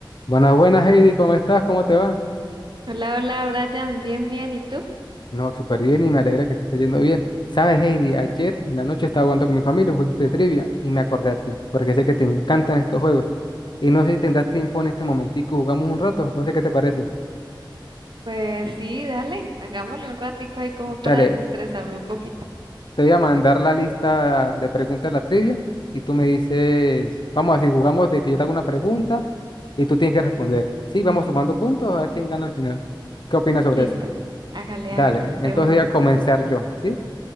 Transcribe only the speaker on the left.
Buenas, buenas, Heidi, ¿cómo estás? ¿Cómo te va?
No, súper bien y me alegra que te esté yendo bien. Sabes, Heidi, ayer en la noche estaba jugando con mi familia un jueguito de trivia y me acordé a ti, porque sé que te encantan estos juegos. Y no sé si tendrás tiempo en este momentico, jugamos un rato, no sé qué te parece.
Dale,
te voy a mandar la lista de preguntas de la trivia y tú me dices, vamos a decir, jugamos de que yo te hago una pregunta y tú tienes que responder. Sí, vamos sumando puntos a ver quién gana al final. ¿Qué opinas sobre
eso?
Dale,
entonces
voy a comenzar yo, ¿sí?